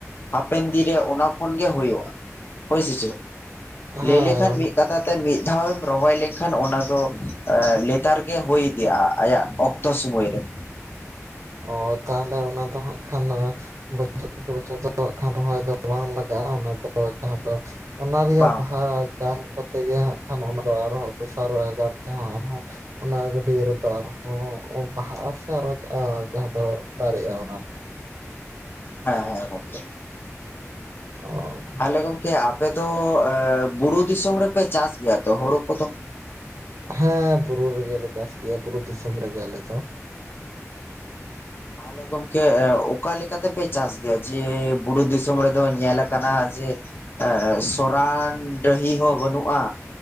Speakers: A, on the left; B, on the right.
A: ᱦᱟᱯᱮᱱ ᱫᱤᱱ ᱨᱮ ᱚᱱᱟ ᱠᱷᱚᱱ ᱜᱮ ᱦᱳᱭᱳᱜᱼᱟ ᱦᱳᱭ ᱥᱮ ᱪᱮᱜ
B: ᱦᱮᱸ
A: ᱞᱟᱹᱭ ᱞᱮᱠᱷᱟᱱ ᱢᱤᱫ ᱠᱟᱛᱷᱟ ᱛᱮ ᱢᱤᱫ ᱫᱷᱟᱣᱮᱢ ᱨᱚᱦᱚᱭ ᱞᱮᱱᱠᱷᱟᱱ ᱚᱱᱟ ᱫᱚ ᱞᱮᱛᱟᱨ ᱜᱮ ᱦᱳᱭ ᱤᱫᱤᱜᱼᱟ ᱟᱭᱟᱜ ᱚᱠ ᱛᱚ ᱥᱩᱢᱟᱹᱭ ᱨᱮ
B: ᱚ ᱛᱟᱦᱚᱞᱮ ᱚᱱᱟ ᱫᱚ ᱦᱟᱸᱜ ᱠᱷᱟᱱ ᱵᱚᱪᱷᱚᱨᱠᱮ ᱵᱚᱪᱷᱚᱨ ᱫᱚ ᱠᱷᱟᱱ ᱨᱚᱦᱚᱭ ᱫᱚ ᱵᱟᱝ ᱞᱟᱜᱟᱜᱼᱟ ᱚᱱᱟ ᱫᱚ ᱡᱟᱦᱟᱸ ᱫᱚ ᱚᱱᱟ ᱨᱮᱭᱟᱜ
A: ᱵᱟᱝ
B: ᱵᱟᱦᱟ
A: ᱵᱟᱝ
B: ᱡᱟᱝ ᱠᱚᱛᱮ ᱜᱮ ᱦᱟᱸᱜ ᱠᱷᱟᱱ ᱚᱱᱟ ᱫᱚ ᱟᱨᱦᱚᱸ ᱫᱚᱥᱟᱨᱚᱜ ᱮ ᱜᱟᱱ ᱛᱮᱦᱚᱸ ᱟᱨᱦᱚᱸ ᱚᱱᱟ ᱜᱟᱹᱰᱭᱟᱹ ᱨᱮᱛᱚ ᱟᱨᱦᱚᱸ ᱵᱟᱦᱟᱜᱼᱟ ᱥᱮ ᱟᱨ ᱡᱟᱦᱟᱸ ᱫᱚ ᱫᱟᱨᱮᱜᱼᱟ ᱚᱱᱟ
A: ᱦᱮᱸ ᱦᱮᱸ ᱜᱚᱢᱠᱮ
B: ᱚ
A: ᱛᱟᱦᱞᱮ ᱜᱚᱝᱠᱮ ᱟᱯᱮ ᱫᱚ ᱵᱩᱨᱩ ᱫᱤᱥᱚᱢ ᱨᱮᱯᱮ ᱪᱟᱥ ᱜᱮᱭᱟ ᱛᱚ ᱦᱳᱲᱳ ᱠᱚᱫᱚ
B: ᱦᱮᱸ ᱵᱩᱨᱩ ᱨᱮᱜᱮᱞᱮ ᱪᱟᱥ ᱜᱮᱭᱟ ᱵᱩᱨᱩ ᱫᱤᱥᱚᱢ ᱨᱮᱜᱮ ᱟᱞᱮ ᱫᱚ
A: ᱛᱟᱦᱚᱞᱮ ᱜᱚᱝᱠᱮ ᱚᱠᱟᱞᱮᱠᱟ ᱛᱮᱯᱮ ᱪᱟᱥ ᱜᱮᱭᱟ ᱡᱮ ᱵᱩᱲᱩ ᱫᱤᱥᱚᱢ ᱨᱮ ᱫᱚ ᱧᱮᱞ ᱟᱠᱟᱱᱟ ᱡᱮ ᱥᱚᱨᱟᱱ ᱰᱟᱹᱦᱤ ᱦᱚᱸ ᱵᱟᱹᱱᱩᱜᱼᱟ